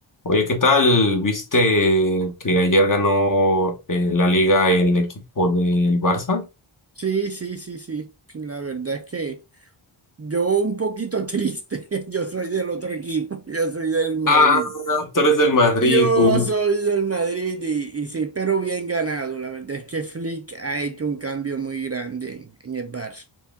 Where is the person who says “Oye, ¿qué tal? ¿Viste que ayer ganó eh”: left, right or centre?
Left